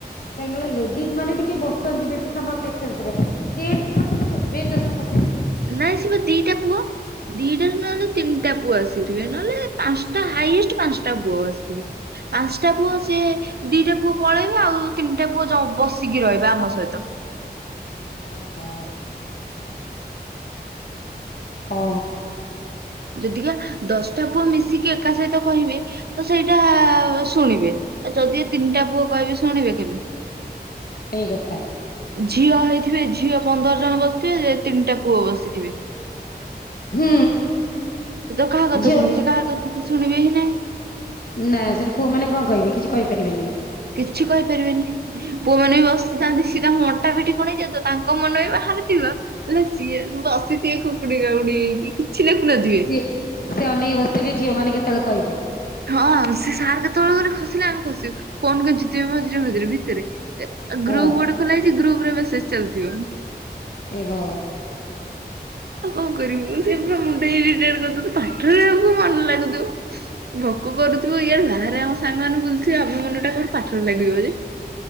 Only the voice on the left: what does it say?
କାହିଁକନା ଲେଡିଜ ମାନେ ଟିକେ ବସନ୍ତି ବେଶୀ ସମୟ ପେସେନ୍ସ ରେ ଜେନ୍ସ ମାନେ ତ କେବେ ଏତେ ସମୟ ବସିବେନି
ଓହୋ ହଉ
ସେଇ କଥା।
ହୁଁ।
ଝିଅ
ନା ସେଠି ପୁଅ ମାନେ କଣ କହିବେ କିଛି କହିପାରିବେନି ବି।
ଏ ସିଏ ସେ ଅନେଇକି ବସିଥିବେ ଝିଅ ମାନେ କେତେବେଳେ କହିବେ।
ହଁ
ଏ ଭଗ